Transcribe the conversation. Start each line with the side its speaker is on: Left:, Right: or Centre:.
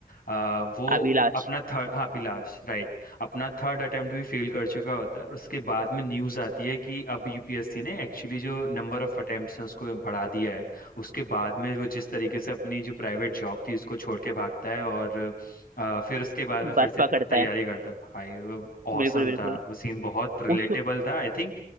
Left: अ, वो
Right: अभिलाष
Left: अपना थर्ड हाँ अभिलाष राइट अपना थर्ड अटेम्प्ट भी फेल कर चुका होता है और उसके बाद में न्यूज़ आती है कि अब यूपीएससी ने एक्चुअली जो नंबर ऑफ अटेम्प्ट्स हैं उसको बढ़ा दिया है उसके बाद में वो जिस तरीके से अपनी जो प्राइवेट जॉब थी उसको छोड़ के भागता है और अ, फिर उसके बाद में फिर
Right: बस
Left: से
Right: पकड़ता
Left: तैयारी
Right: है
Left: करता है भाई वो औसम
Right: बिल्कुल बिल्कुल
Left: था वो सीन बहुत रिलेटेबल
Right: उस
Left: था आई थिंक